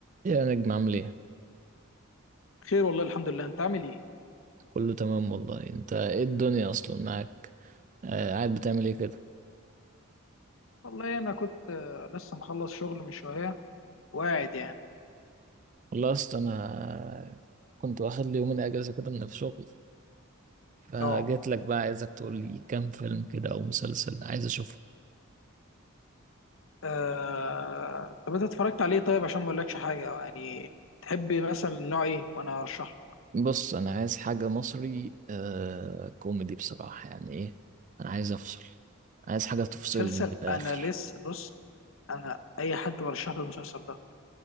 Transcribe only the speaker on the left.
خير والله الحمد لله انت عامل ايه
والله انا كنت آه، لسه مخلص شغل من شويه وقاعد يعني
اه
آه، طب انت اتفرجت عليه طيب عشان ما اقولكش حاجه اه، يعني تحب مثلا نوع ايه وانا ارشح لك
مسلسل
انا لسه بص انا اي حد برشح له المسلسل ده